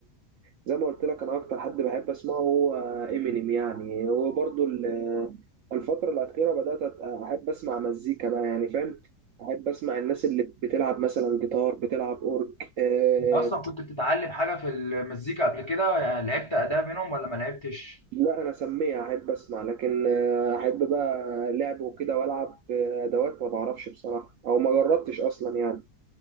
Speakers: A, on the right; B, on the left.
A: زي ما قلت لك انا اكتر حد بحب اسمعه هو امينيم يعني وبرضه ال- الفتره الاخيره بدات أت- احب اسمع مزيكا بقى يعني فاهم احب اسمع الناس اللي بتلعب مثلا جيتار بتلعب اورج أه
B: أنت أصلا كنت بتتعلم حاجة في المزيكا قبل كده يعني لعبت أداة منهم ولا ما لعبتش؟
A: لا انا سميع احب اسمع لكن آه، احب بقى لعب وكده والعب آه، ادوات ما بعرفش بصراحه او ما جربتش اصلا يعني